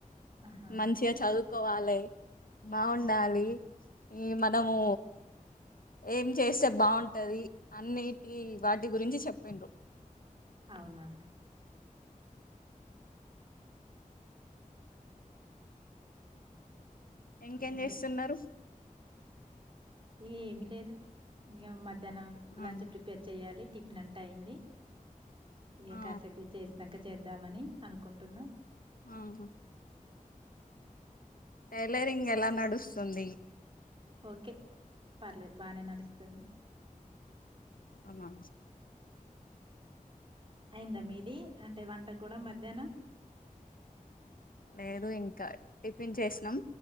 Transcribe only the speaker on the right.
ఆహా
అవ్ నా
ఇంకా
ఏమి లేదు ఇన్ గ మధ్యానం
లంచు ప్రిపేర్ చెయాలి టిఫ్ నంటయింది ఇ
కాసపు చేసినంక చేద్దామని అనుకుంటున్నా
ఓకే పర్లే బానే నడుస్తుంది
ఐద మీది అంటే వంట కూడా మధ్యానం